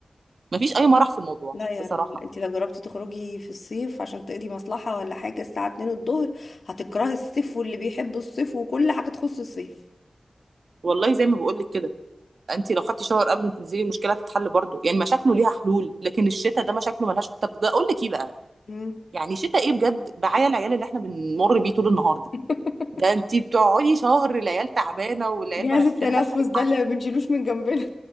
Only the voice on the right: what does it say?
مفيش اي مرح في الموضوع
بصراحه
والله زي ما بقول لك كده انت لو خدتي شاور قبل ما تنزلي المشكله هتتحل برضو يعني مشاكله ليها حلول لكن الشتاء ده مشاكله ملهاش طب ده اقول لك ايه بقى
يعني شتاء ايه بجد بعيا العيال اللي احنا بنمر بيه طول النهار ده
ده انت بتقعدي شهر العيال تعبانه والعيال
مناخيرها
سايحه